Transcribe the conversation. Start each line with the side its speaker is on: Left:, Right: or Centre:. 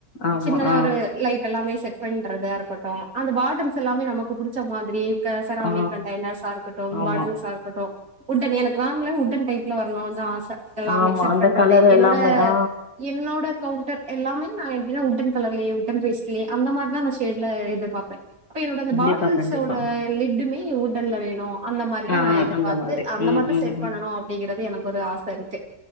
Left: ஆமா.
Right: சின்னதா
Left: ஆ.
Right: ஒரு லைட் எல்லாமே செட் பண்றதா இருக்கட்டூ அந்த பாட்டில்ஸ் எல்லாமே நமக்கு புடிச்ச மாதிரி க செராமிக்
Left: ஆ.
Right: கண்ட்டெயினர்ஸா இருக்கட்டூ
Left: ஆமா.
Right: பாட்டில்ஸா இருக்கட்டூ உட்டன் எனக்கு நார்மலா உட்டன் டைப்ல வர்னுன் தா ஆச எல்லாம்
Left: ஆமா.
Right: எக்செட்
Left: அந்த
Right: பண்றது
Left: கலர்
Right: என்னோட
Left: எல்லாமே. ஆ.
Right: என்னோட கவுண்டர் எல்லாமே நா எப்டினா உட்டன் கலர்லேயே உட்டன் பேஸ்ட்லயே அந்த மார்தா நா ஷேட்லெ எதுர்பாப்பே அப்ப என்னோட அந்த
Left: கண்டிப்பா,
Right: பாட்டில்ஸ்சோட
Left: கண்டிப்பா.
Right: லிட்டுமே உட்டன்ல்ல வேணு அந்த மாரிதா
Left: ஆ
Right: நா எதிர்பாத்து
Left: அந்த மாதிரி.
Right: அந்த
Left: ம்,
Right: மார்தா
Left: ம்,
Right: செட்
Left: ம்.
Right: பண்ணனு அப்டிங்கிறது எனக்கொரு ஆசருக்கு